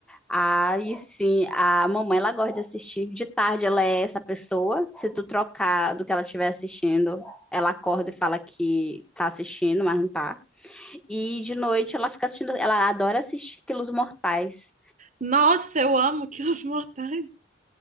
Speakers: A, in the centre; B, on the right.
A: Aí sim, a mamãe ela gosta de assistir. De tarde ela é essa pessoa. Se tu trocar do que ela estiver assistindo, ela acorda e fala que tá assistindo, mas não tá. E de noite ela fica assistindo, ela adora assistir Quilos Mortais.
B: Nossa, eu amo Quilos Mortais.